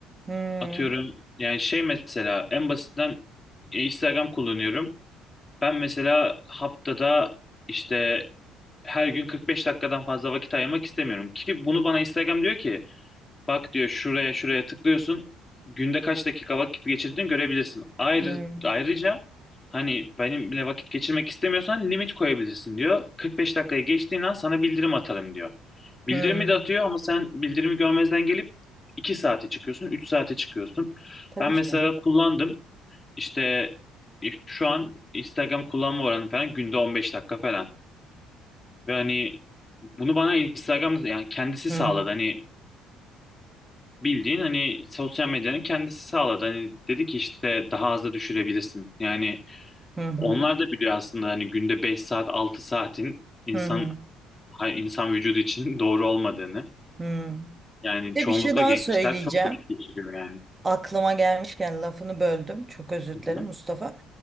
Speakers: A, on the right; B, on the left.
A: Hı
B: atıyorum yani şey mesela en basitinden e, Instagram kullanıyorum. Ben mesela haftada işte her gün 45 dakikadan fazla vakit ayırmak istemiyorum ki bunu bana Instagram diyor ki Bak diyor şuraya şuraya tıklıyorsun. Günde kaç dakika vakit geçirdiğini görebilirsin. Ayrı,
A: hı.
B: ayrıca hani benimle vakit geçirmek istemiyorsan limit koyabilirsin diyor. 45 dakikaya geçtiğin an sana bildirim atarım diyor. Bildirimi
A: Hı.
B: de atıyor ama sen bildirimi görmezden gelip 2 saate çıkıyorsun, 3 saate çıkıyorsun.
A: Tabii
B: Ben mesela
A: canım.
B: kullandım. İşte e, şu an Instagram kullanma oranı falan günde 15 dakika falan. Ve hani bunu bana Instagram'da yani kendisi
A: Hı
B: sağladı.
A: hı.
B: Hani bildiğin hani sosyal medyanın kendisi sağladı. Hani dedi ki işte daha az da düşürebilirsin. Yani
A: Hı hı.
B: onlar da biliyor aslında hani günde 5 saat 6 saatin insan
A: Hı hı.
B: hay- insan vücudu için <laughs> doğru olmadığını.
A: Hı.
B: Yani
A: Bir de
B: çoğunlukla
A: bir şey daha
B: gençler
A: söyleyeceğim.
B: çok vakit geçiriyor yani.
A: Aklıma gelmişken lafını böldüm. Çok özür
B: Hı hı.
A: dilerim Mustafa.